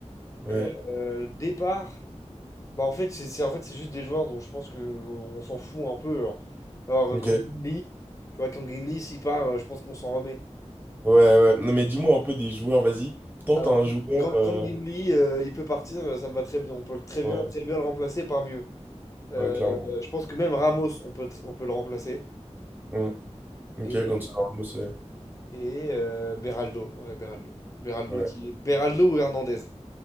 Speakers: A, on the right (about 15°); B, on the left (about 25°).
A: Ouais.
B: Euh, euh, départ. Bah en fait, c'est c'est- en fait, c'est juste des joueurs dont je pense que on s'en fout un peu. genre. Alors,
A: Ok.
B: euh, Kang In Lee, tu vois, Kang In Lee, s'il part, euh, je pense qu'on s'en remet.
A: Ouais, ouais. Non, mais dis-moi un peu des joueurs, vas-y. Tente
B: Alors,
A: un
B: quand,
A: joueur.
B: quand,
A: euh,
B: quand Gimli, euh, il peut partir, euh, ça me va très bien. On peut le- très bien,
A: Ouais,
B: très bien le remplacer par mieux. Euh,
A: ouais, clairement.
B: je pense que même Ramos, on peut, tr- on peut le remplacer.
A: Mm. Ok,
B: Et,
A: Gonzalo Ramos, ouais.
B: et euh, Beraldo. Ouais, Beraldo. Beraldo
A: Ouais,
B: qui est... Beraldo ou Hernandez.